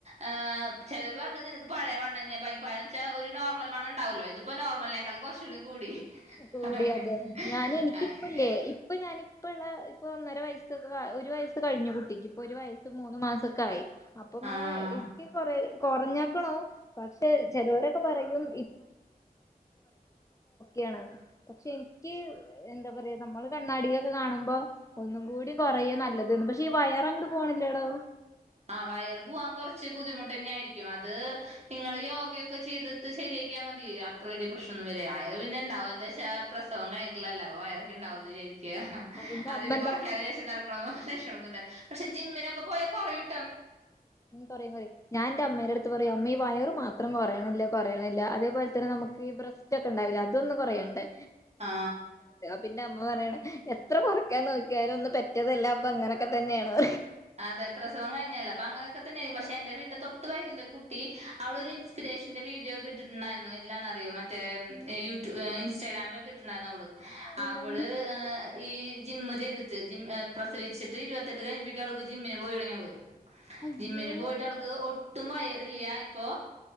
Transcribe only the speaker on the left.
കൂടിയതെ
ഞാനെ എനിക്കിപ്പ്ല്ലേ
ഇപ്പഞാന് ഇപ്പ്ള്ള ഇപ്പ ഒന്നരവയസ്സൊക്കെകാ ഒരുവയസ്സ് കഴിഞ്ഞു കുട്ടിക്ക് ഇപ്പൊ ഒരുവയസ്സ് മൂന്ന് മാസൊക്കായി അപ്പൊ ഇങ്ങനെ
എക്കും കൊറേ കുറഞ്ഞുകുണ് പക്ഷെ ചെലേക്കൊക്കെ പറയും യാണ് ശെരിക്ക് നമ്മള് കണ്ണാടി കാണുമ്പ ഒന്നുകൂടി കുറയാ നല്ലത് വയർ പോകുന്നില്ലടോ
എന്റെ
അമ്മ
എന്താ
കുറിം കുറി ഞാൻ ന്റെ അമ്മെന്റടുത്തു പറയും അമ്മേ വയർ മാത്രം കുരീനില്ലായ അതേപോലെ നമുക്ക് ബ്രസ്റ്റ് ഇതൊന്നു കുറയണ്ടേ
പിന്നെ അമ്മ പറയാന് എത്ര കുറക്കാൻ നോക്കിയാലും ഒന്നു പെറ്റതല്ലേ ഇങ്ങനൊക്കെ തന്നെയാന്ന് പറയും
ആഹ്
ആഹ്
എന്താണ്
അയ്യോ